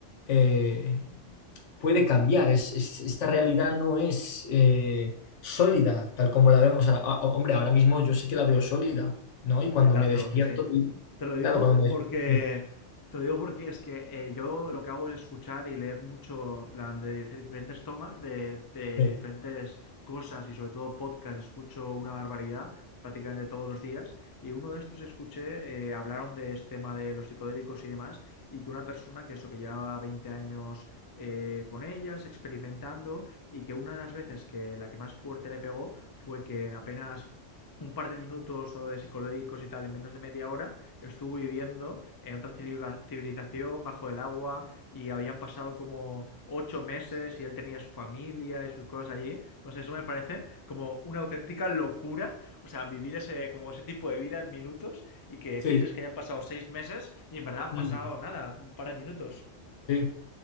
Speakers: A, on the left; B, on the left.
A: eh, puede cambiar. Es- es- esta realidad no es eh, sólida, tal como la vemos ahora. Ah, Hombre, ahora mismo yo sí que la veo sólida, ¿no?
B: Hombre,
A: Y cuando
B: y tanto,
A: me despierto,
B: sí, sí. Te lo digo
A: claro, cuando me
B: porque.
A: despierto.
B: Te lo digo porque es que eh, yo lo que hago es escuchar y leer mucho, en plan, de dif- diferentes tomas, de, de
A: Sí,
B: diferentes cosas y sobre todo podcast, escucho una barbaridad prácticamente todos los días y uno de estos escuché, eh, hablaron de este tema de los psicodélicos y demás y que una persona que eso que lleva 20 años eh, con ellas, experimentando y que una de las veces que la que más fuerte le pegó fue que en apenas un par de minutos o de psicológicos y tal, en menos de media hora, estuvo viviendo en otra civilización, bajo el agua, y habían pasado como ocho meses y él tenía su familia y sus cosas allí. No sé, eso me parece como una auténtica locura, o sea, vivir ese, como ese tipo de vida en minutos y que
A: sí,
B: pienses que hayan pasado seis meses y en verdad han
A: mm,
B: pasado nada, un par de minutos.
A: sí.